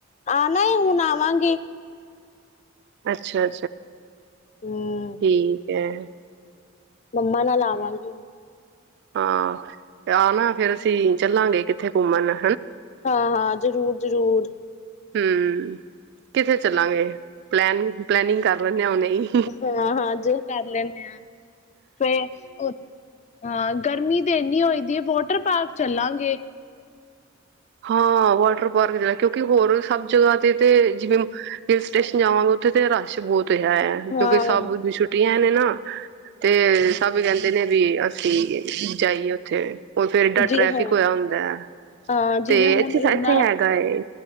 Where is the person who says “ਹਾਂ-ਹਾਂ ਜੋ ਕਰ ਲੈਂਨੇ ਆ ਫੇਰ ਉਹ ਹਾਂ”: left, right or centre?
Left